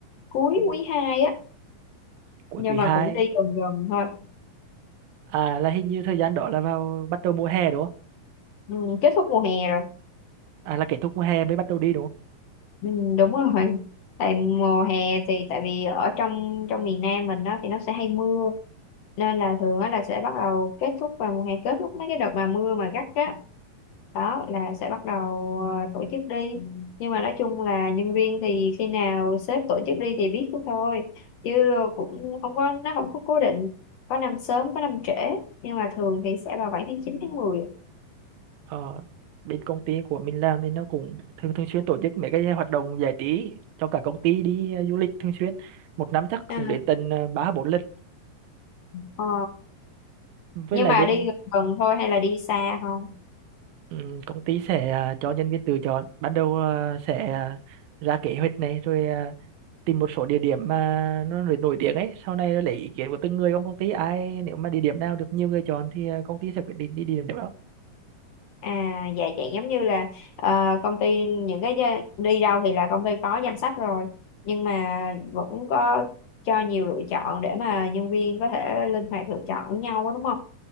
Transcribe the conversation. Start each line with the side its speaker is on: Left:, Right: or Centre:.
Left: cuối quý 2 á
Right: cuối
Left: nhưng
Right: quý
Left: mà
Right: hai
Left: cũng đi gần gần thôi
Right: à là hình như thời gian đó là vào bắt đầu mùa hè đúng không
Left: ừ, kết thúc mùa hè rồi
Right: à là kết thúc mùa hè mới bắt đầu đi đúng không
Left: Ừ, đúng rồi tại mùa hè thì tại vì ở trong trong miền Nam mình đó thì nó sẽ hay mưa nên là thường á là sẽ bắt đầu kết thúc vào mùa hè kết thúc mấy cái đợt mà mưa mà gắt á đó là sẽ bắt đầu ờ, tổ chức đi nhưng mà nói chung là nhân viên thì khi nào sếp tổ chức đi thì biết thôi chứ cũng không có nó không có cố định có năm sớm có năm trễ nhưng mà thường thì sẽ vào khoảng tháng chín tháng mười.
Right: ờ, bên công ty của mình làm thì nó cũng thường thường xuyên tổ chức mấy cái hoạt động giải trí cho cả công ty đi à, du lịch thường xuyên một năm chắc
Left: à.
Right: cũng đến tận à, ba bốn lần
Left: ờ,
Right: với
Left: nhưng
Right: lại
Left: mà
Right: bên
Left: đi gần gần thôi hay là đi xa không
Right: ừ, công ty sẽ à, cho nhân viên tự chọn ban đầu à, sẽ à, ra kế hoạch này rồi à, tìm một số địa điểm mà nó nổi nổi tiếng ấy sau này lấy ý kiến của từng người trong công ty ai nếu mà địa điểm nào được nhiều người chọn thì ờ, công ty sẽ quyết định đi địa điểm đó
Left: À dạ vậy giống như là ờ, công ty những cái gia- đi đâu thì là công ty có danh sách rồi nhưng mà vẫn có cho nhiều lựa chọn để mà nhân viên có thể linh hoạt lựa chọn với nhau á, đúng không?